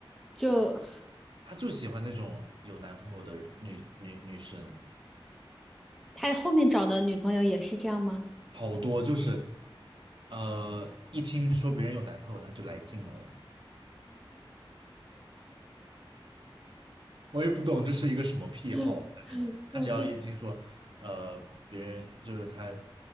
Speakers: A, in the centre; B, on the right.
A: 就
B: <laughs> 她就喜欢那种有男朋友的人女女女生。
A: 他后面找的女朋友也是这样吗？
B: 好多就是，呃，一听说别人有男朋友，他就来劲了。我也不懂这是一个什么癖好，
A: <laughs>
B: 反正他只要一听说，
A: 我对
B: 呃，别人就是他